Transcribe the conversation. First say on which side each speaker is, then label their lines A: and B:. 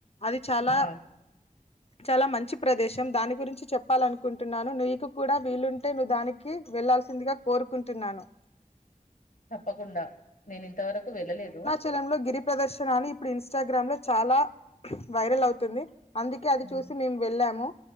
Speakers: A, on the left; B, on the left.
A: అది చాలా
B: ఆ
A: చాలా మంచి ప్రదేశం దాని గురించి చెప్పాలనుకుంటున్నాను నీకు కూడా వీలు అంటే నువ్వు దానికి వెళ్లాల్సిందిగా కోరుకుంటున్నాను
B: తప్పకుండా నేను ఇంత వరకు వెళ్ళలేదు
A: చలంలో గిరి ప్రదర్శన అని ఇప్పుడు ఇన్స్టాగ్రామ్లో చాలా వైరల్ అవుతుంది అందుకే అది
B: ఉమ్
A: చూసి మేమ్ వెళ్ళాము